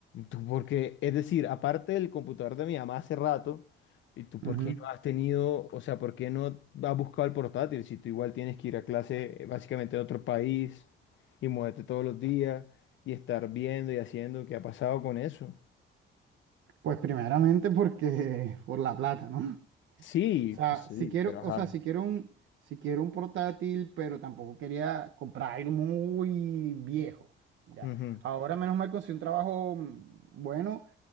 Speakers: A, on the left (about 70°); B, on the right (about 75°).
A: tú, porque, es decir, aparte del computador de mi mamá hace rato, ¿y tú por
B: Ujú.
A: qué no has tenido, o sea, por qué no has buscado el portátil si tú igual tienes que ir a clase eh, básicamente en otro país y muévete todos los días? y estar viendo y haciendo qué ha pasado con eso.
B: Pues primeramente porque <laughs> por la plata, ¿no? O
A: Sí,
B: sea,
A: Pues sí,
B: si quiero,
A: pero ajá.
B: o sea, si quiero un, si quiero un portátil, pero tampoco quería comprar algo muy viejo. Ya.
A: ujú,
B: Ahora menos mal conseguí un trabajo mm, bueno,